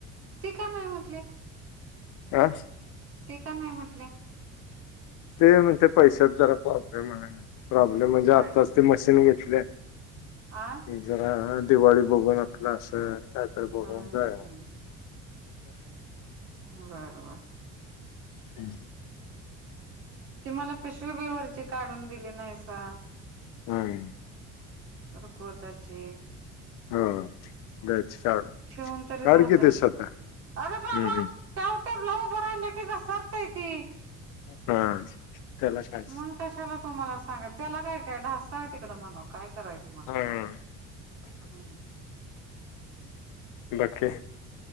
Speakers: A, on the right; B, on the left.
A: ते का नाही म्हटले
B: हा
A: ते का नाही म्हटले
B: ते म्हणते पैशात जरा प्रॉब्लेम आहे प्रॉब्लेम म्हणजे
A: होय
B: आत्ताच ते मशीन घेत आपल्या
A: आ
B: जरा दिवाळी बघून आपलं असल त्या तर बघून
A: हम्म
B: जाय
A: हम्म बरोबर
B: हम्म
A: ती मला पिशवभेवरची काढून दिली नाहीसा
B: हम्
A: हो कोतााचे
B: होा दयच काढ
A: ठेवून तरी
B: काढ
A: झालं
B: किती
A: असत
B: स्वतः
A: अरे बाबा
B: हम्म
A: त्या टॅबला उभं राहिलं की घसरतय ती
B: हम् हा त्याला काय
A: मग कशाला तुम्हाला सांग त्याला काय काय ढसा आहे तिकडे म्हन काय करायचं मला
B: हा
A: हम्
B: बाकी